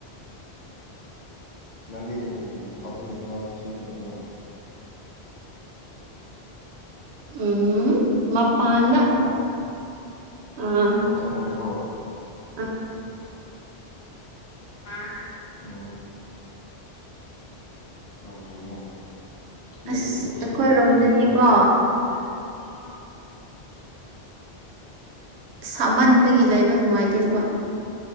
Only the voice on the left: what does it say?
ꯅꯪꯗꯤ ꯏꯝꯐꯥꯜꯗ ꯂꯩꯕ꯭ꯔꯥ ꯆꯤꯡꯗ ꯂꯩꯕ꯭ꯔꯥ
ꯇꯝꯄꯥꯛꯇ
ꯑꯥꯎꯠꯁꯥꯏꯠ ꯄꯣꯔ
ꯑ ꯎꯝ ꯌꯥꯝ ꯐꯩꯅꯦ ꯍꯟꯗꯛꯀꯤ
ꯇꯣꯂꯣꯞ
ꯆꯪꯕꯗ ꯅꯪꯒꯤꯁꯨ ꯌꯥꯎꯕ꯭ꯔꯥ ꯀꯗꯤꯄꯥ